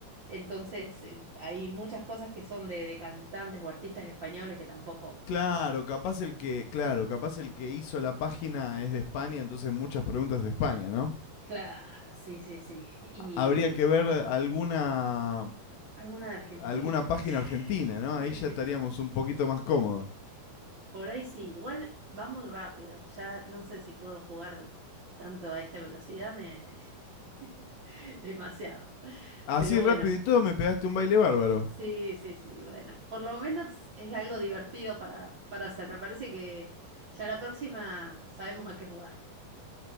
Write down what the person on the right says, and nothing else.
entonces eh, hay muchas cosas que son de, de cantantes o artistas españoles que tampoco...
Claro, sí, sí, sí, y
alguna de Argentina.
<laughs>
Por ahí sí, igual va muy rápido. Ya no sé si puedo jugar tanto a esta velocidad, me... <laughs> demasiado.
Pero bueno,
sí, sí, sí, bueno, por lo menos es algo divertido para, para hacer. Me parece que ya la próxima sabemos a qué jugar.